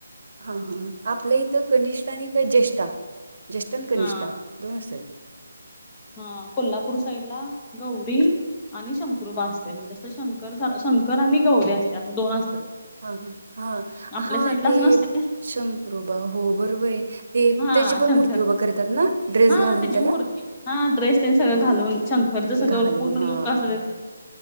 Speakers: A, on the right; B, on the left.
A: हा हा आपल्या इथं कनिष्ठ आणि काय ज्येष्ठ, ज्येष्ठ आणि कनिष्ठा.
B: हा
A: दोन असात्यात.
B: हा कोल्हापूर साईडला गौरी. आणि शंकरूबा असते म्हणजे अस शंकर, शंकर आणि गौरी असते असं दोन असतात.
A: हा ह, हा
B: आपल्या
A: हा
B: साईडला
A: ते
B: असं नसत
A: शंकरोबा हो बरोबर आहे. ते
B: हा
A: त्याची पण
B: शंकर
A: मूर्ती उभं करतात ना, ड्रेस
B: हा
A: घालून
B: त्याची
A: त्याला
B: मूर्ती हा ड्रेस तेन सगळं
A: हा.
B: घालून शंकरचं सगळं
A: घालून
B: पूर्ण
A: हा.
B: लुक असं देतात.